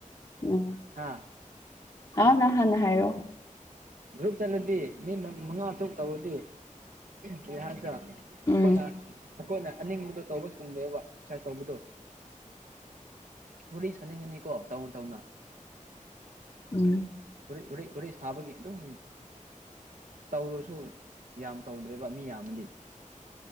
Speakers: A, on the left; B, on the right.
A: ꯎꯝ
B: ꯍꯥ
A: ꯑ ꯅꯥꯅ ꯍꯥꯟꯅ ꯍꯥꯏꯔꯛꯑꯣ
B: ꯒ꯭ꯔꯨꯞ ꯆꯠꯂꯗꯤ ꯃꯤ ꯃꯉꯥ ꯑꯁꯨꯛ ꯇꯧꯔꯗꯤ ꯀ ꯍꯥꯏꯁ ꯑꯩꯈꯣꯏꯅ
A: ꯎꯝ
B: ꯑꯩꯈꯣꯏꯅ ꯑꯅꯤꯡꯕꯗꯣ ꯇꯧꯕ ꯊꯨꯡꯗꯦꯕ ꯑꯦꯛꯁꯥꯏ ꯇꯧꯕꯗꯣ ꯋꯥꯔꯤ ꯁꯥꯅꯤꯡꯉꯅꯤꯀꯣ ꯇꯧꯅ ꯇꯧꯅ
A: ꯎꯝ
B: ꯋꯥꯔ ꯋꯥꯔꯤ ꯋꯥꯔꯤ ꯁꯥꯕꯒꯤ ꯑꯗꯨꯝ ꯇꯧꯔꯁꯨ ꯌꯥꯝ ꯇꯧꯗ꯭ꯔꯦꯕ ꯃꯤ ꯌꯥꯝꯃꯗꯤ